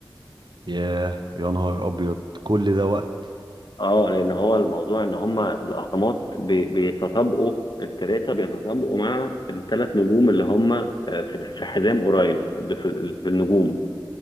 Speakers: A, on the right (about 60°); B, on the left (about 60°).
A: ياه يا نهار ابيض كل ده وقت
B: اه لان هو الموضوع ان هما الاهرامات بي- بيتطابقوا التلاتة بيتطابقوا مع التلات نجوم اللي هما آه، في في حزام اوراين اللي في اللي في النجوم